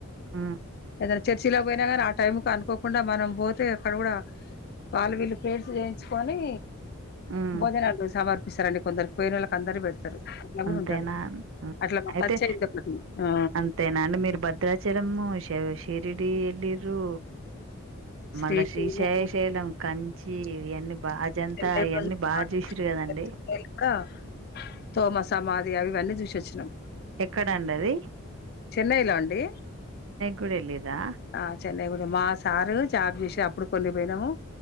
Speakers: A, on the right (about 60°); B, on the left (about 45°).
A: ఉమ్
B: ఏదైనా చర్చిలో పోయినా కానీ ఆ టైమ్కొ అనుకో కాకుండా మనం పోతే అక్కడ కూడా వాళ్ళు వీళ్ళు ప్రయెర్స్ చేయించుకొని
A: ఉమ్
B: భోజనాలు సమర్పిస్తారండి కొందరుకి పోయిన వాళ్ళకి అందరుకీ పెడతారు అట్లా
A: అంతేనా
B: కూడా ఉంటది అట్లా మాకు
A: అయితే
B: టచ్ అయిందొకటి ఆ
A: అంతేనా అండి మీరు భద్రాచలము శే షిరిడి ఎల్లిరు
B: శ్రీశైలం
A: మళ్ళా శ్రీశైయ శైలం కంచి ఇయని బా అయంత
B: చెన్నై
A: ఇవన్ని
B: కూడా చెన్నైలో
A: బాగా చూసిరు కాదండి
B: కూడా తోమ సమాధి అ ఇవన్నీ చూసిచ్చినం
A: ఎక్కడండాది
B: చెన్నైలోండి
A: కూడా వెళ్ళిర్రా
B: ఆ చెన్నై కూడా మా సార్ జాబ్ చేసి అప్పుడు కొన్ని పోయినాము